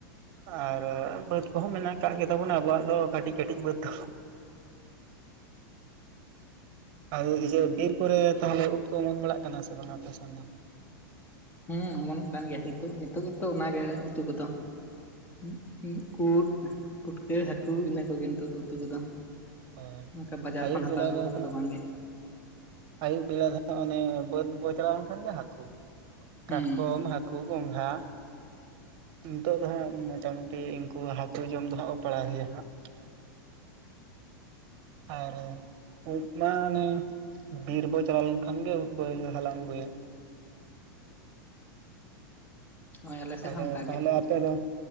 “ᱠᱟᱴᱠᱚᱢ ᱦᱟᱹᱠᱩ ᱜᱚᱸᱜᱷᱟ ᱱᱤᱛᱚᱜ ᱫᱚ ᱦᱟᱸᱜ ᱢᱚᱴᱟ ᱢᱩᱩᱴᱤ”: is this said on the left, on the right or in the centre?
Right